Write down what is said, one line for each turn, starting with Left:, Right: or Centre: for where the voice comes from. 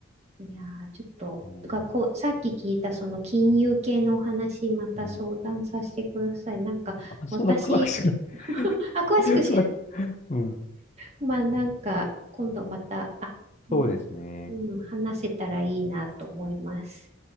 Right: いやー、ちょっと、
Left: うん。
Right: がこう、さっき聞いたその金融系のお話、また相談させてください。
Left: うん。
Right: なんか、
Left: あ、そんな怖くしない。
Right: 私、<laughs> あ、詳しく知らない。
Left: <laughs> そんな、うん。
Right: まあ、なんか、今度また、あ、うん、
Left: そうですね。
Right: うん、話せたらいいなと思います。